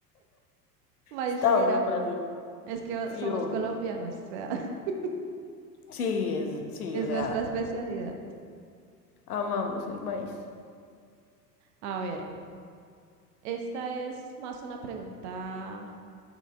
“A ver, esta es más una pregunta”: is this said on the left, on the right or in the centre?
Right